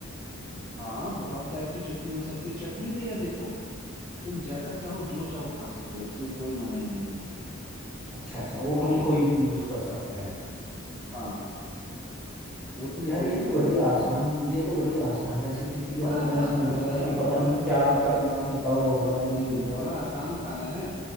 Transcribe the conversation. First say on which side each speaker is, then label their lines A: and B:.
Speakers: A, on the right (about 55°); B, in the centre.
A: हाँ बहुत टाइप की चटनी हो सकती है चटनी तो यार देखो तुम जैसा चाहो जो चाहो खा सकते हो इसमें कोई मनाही नहीं है
B: अच्छा अच्छा वो
A: ठीक
B: हम
A: है
B: कोई भी यूज़ कर सकते हैं
A: हाँ वो तुम
B: यार
A: कोई
B: ये
A: भी
B: तो
A: बना
B: बड़ी
A: सकते
B: आसान
A: हो
B: ये तो बड़ी आसान रेसिपी थी
A: बड़ा
B: यार
A: आसान
B: मैं समझ
A: खाना
B: रहा
A: है
B: था
A: यार
B: कि पता
A: बहुत
B: नहीं क्या
A: मतलब
B: करना होता होगा
A: नहीं नहीं
B: ये वो
A: बड़ा आसान खाना है